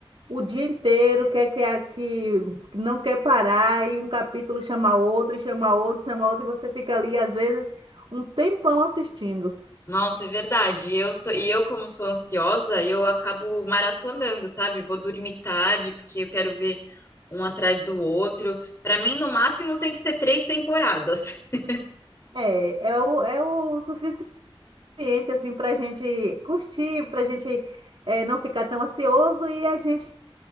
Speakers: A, on the right; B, on the left.
A: o dia inteiro, quer que, a- que não quer parar, e um capítulo chama outro, e chama outro, chama outro, e você fica ali, às vezes, um tempão assistindo.
B: Nossa, é verdade. Eu sou, e eu, como sou ansiosa, eu acabo maratonando, sabe? Vou dormir tarde, porque eu quero ver um atrás do outro. Para mim, no máximo, tem que ser três temporadas. <laughs>
A: É, é o, é o suficiente, assim, para a gente curtir, para a gente é, não ficar tão ansioso e a gente